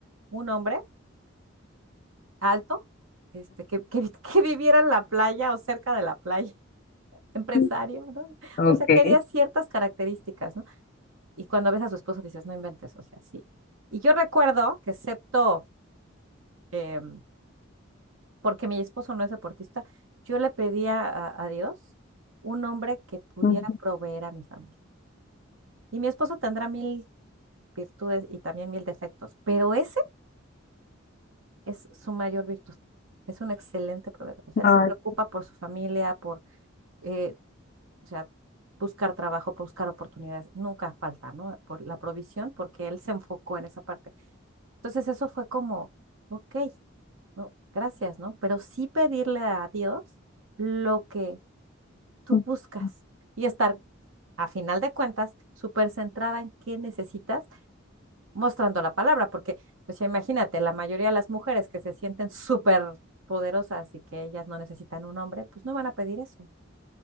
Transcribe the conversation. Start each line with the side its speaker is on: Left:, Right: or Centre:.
Right: un hombre alto, este, que, que, vi- <laughs> que viviera en la playa o cerca de la playa, <laughs> empresario,
Left: ujú,
Right: ¿no?
Left: Ok.
Right: O sea, quería ciertas características, ¿no? Y cuando ves a su esposo dices, no inventes, o sea, sí. Y yo recuerdo que excepto, eh, porque mi esposo no es deportista, yo le pedía a, a Dios un hombre que pudiera
Left: Ujú,
Right: proveer a mi familia. Y mi esposo tendrá mil virtudes y también mil defectos, pero ese es su mayor virtud. Es un excelente proveedor. O sea, él
Left: ay,
Right: se preocupa por su familia, por eh, o sea, buscar trabajo, buscar oportunidades, nunca falta, ¿no? Por la provisión, porque él se enfocó en esa parte. Entonces eso fue como, ok, no, gracias, ¿no? Pero sí pedirle a Dios lo que tú
Left: ujú,
Right: buscas y estar, a final de cuentas, súper centrada en qué necesitas, mostrando la palabra, porque, pues imagínate, la mayoría de las mujeres que se sienten súper poderosas y que ellas no necesitan un hombre, pues no van a pedir eso,